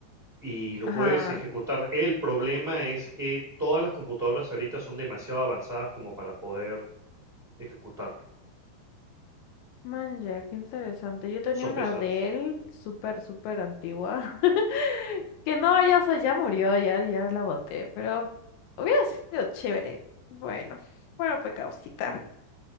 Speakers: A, on the right (about 35°); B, on the left (about 80°).
A: y lo
B: ajá.
A: puedes ejecutar. El problema es que todas las computadoras ahorita son demasiado avanzadas como para poder ejecutarlo.
B: Manja, qué interesante. Yo tenía
A: Son
B: una
A: pesadas.
B: de él súper, súper antigua. <laughs> Que no, ya, o sea, ya murió, ya, ya la boté, pero hubiera sido chévere. Bueno, bueno, pues Causita,